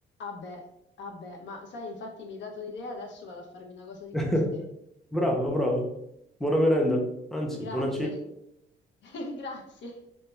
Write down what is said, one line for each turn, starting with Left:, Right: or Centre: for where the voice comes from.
Left: Ah beh, ah beh, ma sai, infatti mi hai dato un'idea, adesso vado a farmi una cosa di
Centre: <laughs>
Left: queste.
Centre: Bravo, bravo. Buona merenda, anzi,
Left: Grazie,
Centre: buona cena.
Left: <laughs> grazie.